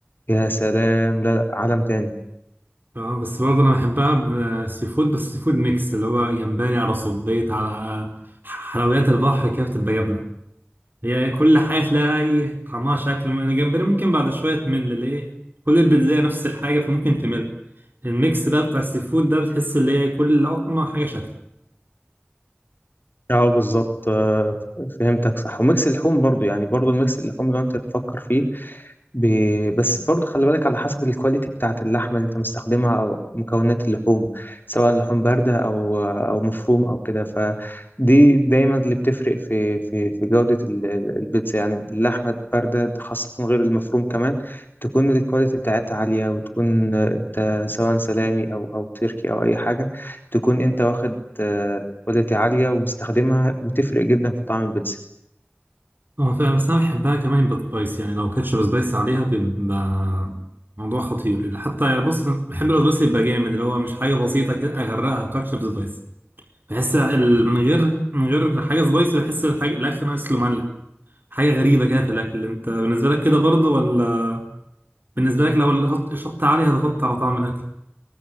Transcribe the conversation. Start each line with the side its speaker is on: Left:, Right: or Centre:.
Left: يا سلام لا لا عالم تاني
Right: اه بس برضه انا بحبها بسي فود بس سي فود ميكس اللي هو جمبري على صبيط على حلويات البحر كده بتبقى جبنة هي كل حاجة تلاقيها ايه طعمها شكل من الجمبري ممكن بعد شوية تمل ليه كل البيتزا نفس الحاجة فممكن تمل الميكس بقى بتاع السي فود ده بتحس اللي هي كل لقطمة حاجة شكل
Left: اه بالظبط آه، فهمتك صح وميكس اللحوم برضو يعني برضو الميكس اللحوم لو انت تفكر فيه ب... بس برضه خلي بالك على حسب الكواليتي بتاعة اللحمة اللي انت مستخدمها او مكونات اللحوم سواء لحوم باردة او او مفروم او كده فدي دايما اللي بتفرق في في في جودة ال- البيتزا يعني اللحمة الباردة خاصة غير المفروم كمان تكون الكواليتي بتاعتها عالية وتكون انت سواء سلامي او او تركي او اي حاجة تكون انت واخد آه، كواليتي عالية ومستخدمها وتفرق جدا في طعم البيتزا
Right: اه فعلا بس انا بحبها كمان بالسبايس يعني لو كاتشب سبايس عليها بيبقى موضوع خطير اللي حتى يعني بص بحب السبايس يبقى جامد اللي هو مش حاجة بسيطة كده اغرقها كاتشب سبايس بحس ال- من غير من غير حاجه سبايسي بحس الحاجه الاكل ناقص له ملح حاجه غريبه كده في الاكل انت بالنسبه لك كده برضه ولا بالنسبه لك لو الشط الشط عالي هتغطي على طعم الاكل